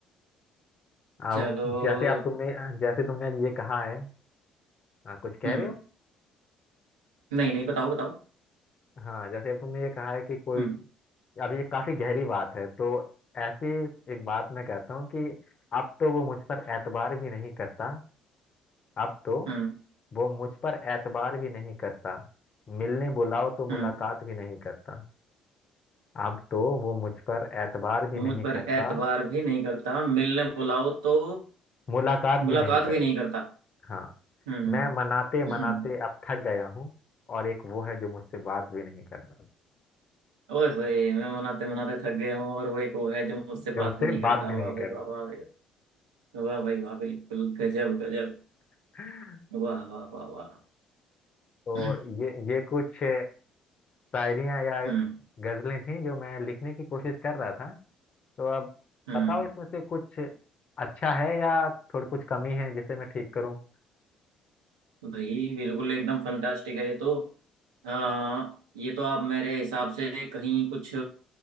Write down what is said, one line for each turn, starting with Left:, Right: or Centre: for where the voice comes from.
Right: चलो
Left: अब जैसे आप तुमने जैसे तुमने अब ये कहा है हाँ, कुछ कह
Right: हम्म
Left: रहे हो
Right: नहीं नहीं बताओ बताओ
Left: हाँ जैसे अब तुमने ये कहा है कि कोई
Right: हम्म
Left: अब ये काफी गहरी बात है तो ऐसी एक बात मैं कहता हूँ कि अब तो वो मुझ पर एतबार भी नहीं करता अब तो
Right: हम्म
Left: वो मुझ पर एतबार भी नहीं करता मिलने बुलाओ तो
Right: हम्म
Left: मुलाकात भी नहीं करता अब तो वो मुझ पर एतबार भी
Right: वो मुझ
Left: नहीं
Right: पर
Left: करता
Right: एतबार भी नहीं करता मिलने बुलाओ तो
Left: मुलाकात
Right: मुलाकात
Left: भी नहीं करता
Right: भी नहीं करता
Left: हाँ
Right: हम्म
Left: मैं मनाते मनाते
Right: हम्म,
Left: अब थक गया हूँ और एक वो है जो मुझसे बात भी नहीं करता
Right: ओए होए मैं मनाते मनाते थक गया हूँ और वो एक वो है जो मुझसे बात
Left: जो मुझसे
Right: भी नहीं करता
Left: बात भी नहीं
Right: वाह भाई वाह वाह भाई वाह भाई वाह बिल्कुल गजब गजब
Left: करता
Right: वाह वाह वाह वाह
Left: तो
Right: <clears throat>
Left: ये ये कुछ शायरियाँ या
Right: हम्म
Left: गजलें थी जो मैं लिखने की कोशिश कर रहा था तो अब
Right: हम्म
Left: बताओ इसमें से कुछ अच्छा है या थोड़ी कुछ कमी है जिसे मैं ठीक करूँ
Right: भाई बिल्कुल एकदम फंटास्टिक है ये तो आ, ये तो आप मेरे हिसाब से कहीं कुछ